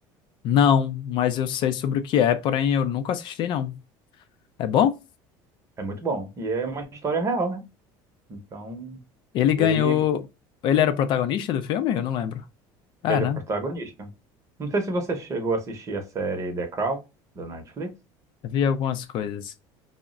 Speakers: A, on the left (about 50°); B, on the right (about 30°).
A: Não, mas eu sei sobre o que é, porém eu nunca assisti, não. É bom?
B: é muito bom. E é uma história real, né? Então,
A: Ele ganhou.
B: ele,
A: Ele era o protagonista do filme? Eu não lembro. É,
B: ele
A: né?
B: é o protagonista. Não sei se você chegou a assistir a série The Crown, da Netflix.
A: Eu Vi algumas coisas.